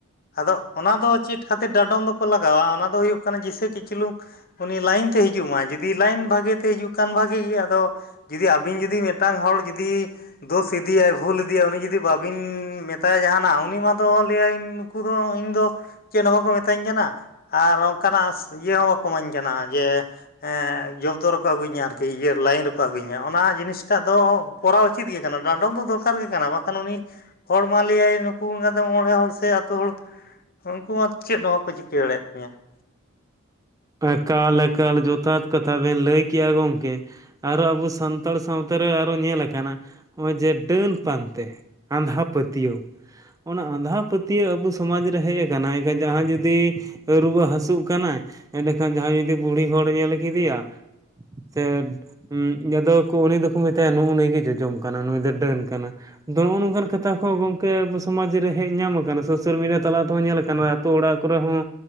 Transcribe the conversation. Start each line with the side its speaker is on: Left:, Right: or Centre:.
Left: ᱟᱫᱚ ᱚᱱᱟ ᱫᱚ ᱪᱮᱫ? ᱠᱷᱟᱛᱤᱨ ᱰᱟᱰᱚᱢ ᱫᱚᱠᱚ ᱞᱟᱜᱟᱣᱟ ᱚᱱᱟ ᱫᱚ ᱦᱩᱭᱩᱜ ᱠᱟᱱᱟ ᱡᱤᱥᱮ ᱠᱤ ᱪᱩᱞᱩᱝ ᱩᱱᱤ ᱞᱟᱭᱤᱱ ᱛᱮ ᱦᱤᱡᱩᱜ ᱢᱟᱭ ᱡᱩᱫᱤ ᱞᱟᱭᱤᱱ ᱵᱷᱟᱜᱮ ᱛᱮ ᱦᱤᱡᱩᱜ ᱠᱷᱟᱱ ᱵᱷᱟᱜᱮ ᱜᱮ ᱟᱫᱚ ᱾ ᱡᱩᱫᱤ ᱟᱵᱤᱱ ᱡᱩᱫᱤ ᱢᱤᱫᱴᱟᱱ ᱦᱚᱲ ᱡᱩᱫᱤ ᱫᱚᱥ ᱤᱫᱤᱭᱟᱭ, ᱵᱷᱩᱞ ᱤᱫᱤᱭᱟᱭ ᱩᱱᱤ ᱡᱩᱫᱤ ᱵᱟᱵᱤᱱ ᱢᱮᱛᱟᱭᱟ ᱡᱟᱦᱟᱱᱟᱜ ᱩᱱᱤ ᱢᱟ ᱫᱚ ᱞᱟᱹᱭᱟᱭ ᱱᱩᱠᱩ ᱫᱚ ᱤᱧᱫᱚ ᱪᱮᱫ ᱦᱚᱸ ᱵᱟᱠᱚ ᱢᱤᱛᱟᱹᱧ ᱠᱟᱱᱟ ᱾ ᱟᱨ ᱚᱱᱠᱟᱱᱟᱜ ᱤᱭᱟᱹ ᱦᱚᱸ ᱵᱟᱠᱚ ᱤᱢᱟᱹᱧ ᱠᱟᱱᱟ ᱡᱮ ᱡᱚᱵᱫᱳ ᱨᱮᱠᱚ ᱟᱹᱜᱩᱧᱟ ᱟᱨᱠᱤ ᱤᱭᱟᱹ ᱞᱟᱭᱤᱱ ᱨᱮᱠᱚ ᱟᱹᱜᱩᱧᱟ ᱚᱱᱟ ᱡᱤᱱᱤᱥᱴᱟᱜ ᱫᱚ ᱠᱚᱨᱟᱣ ᱩᱪᱤᱛ ᱜᱮ ᱠᱟᱱᱟ ᱰᱟᱸᱰᱚᱢ ᱫᱚ ᱫᱚᱨᱠᱟᱨ ᱜᱮ ᱠᱟᱱᱟ ᱵᱟᱠᱷᱟᱱ ᱩᱱᱤ ᱦᱚᱲ ᱢᱟ ᱞᱟᱹᱭᱟᱭ ᱱᱩᱠᱩ ᱫᱚ ᱢᱚᱬᱮ ᱦᱚᱲ ᱥᱮ ᱟᱹᱛᱩ ᱦᱚᱲ ᱩᱱᱠᱩ ᱢᱟ ᱪᱮᱫ ᱦᱚᱸ ᱵᱟᱠᱚ ᱪᱤᱠᱟᱹ ᱫᱟᱲᱮᱭᱟᱫ ᱛᱤᱧᱟ ᱾
Right: ᱮᱠᱟᱞ ᱮᱠᱟᱞ ᱡᱚᱛᱷᱟᱛ ᱠᱟᱛᱷᱟ ᱵᱮᱱ ᱞᱟᱹᱭ ᱠᱮᱜᱼᱟ ᱜᱚᱝᱠᱮ, ᱟᱨᱚ ᱟᱵᱚ ᱥᱟᱱᱛᱟᱲ ᱥᱟᱶᱛᱟ ᱨᱮ ᱟᱨᱚ ᱧᱮᱞ ᱟᱠᱟᱱᱟ ᱦᱚᱜᱼᱚᱭ ᱡᱮ ᱰᱟᱹᱱ ᱯᱟᱱᱛᱮ ᱟᱸᱫᱷᱟ ᱯᱟᱹᱛᱭᱟᱹᱣ ᱚᱱᱟ ᱟᱸᱫᱷᱟ ᱯᱟᱹᱛᱭᱟᱹᱣ ᱟᱵᱚ ᱥᱚᱢᱟᱡᱽ ᱨᱮ ᱦᱮᱡ ᱟᱠᱟᱱᱟ ᱮᱱᱠᱷᱟᱱ ᱡᱟᱦᱟᱸ ᱡᱩᱫᱤ ᱨᱩᱣᱟᱹ ᱦᱟᱹᱥᱩᱜ ᱠᱟᱱᱟᱭ ᱮᱱᱮ ᱠᱷᱟᱱ ᱡᱟᱦᱟᱸᱭ ᱡᱩᱫᱤ ᱵᱩᱲᱦᱤ ᱦᱚᱲᱮ ᱧᱮᱞ ᱠᱮᱫᱮᱭᱟ <unintelligible> ᱡᱟᱫᱚ ᱠᱩᱱᱤ ᱫᱚᱠᱚ ᱢᱮᱛᱟᱭᱟ ᱱᱩᱜᱼᱩ ᱱᱩᱭ ᱜᱮ ᱡᱚᱡᱚᱢ ᱠᱟᱱᱟ ᱱᱩᱭ ᱫᱚᱭ ᱰᱟᱹᱱ ᱠᱟᱱᱟ, ᱟᱫᱚ ᱱᱚᱜᱼᱚ ᱱᱚᱝᱠᱟᱱ ᱠᱟᱛᱷᱟ ᱠᱚᱦᱚᱸ ᱜᱚᱝᱠᱮ ᱟᱵᱚ ᱥᱚᱢᱟᱡᱽ ᱨᱮ ᱦᱮᱡ ᱧᱟᱢ ᱟᱠᱟᱱᱟ ᱥᱳᱥᱟᱞ ᱢᱤᱰᱤᱭᱟ ᱛᱟᱞᱟ ᱛᱮᱦᱚᱸ ᱧᱮᱞ ᱠᱟᱱᱟ ᱟᱛᱳ ᱚᱲᱟᱜ ᱠᱚᱨᱮ ᱦᱚᱸ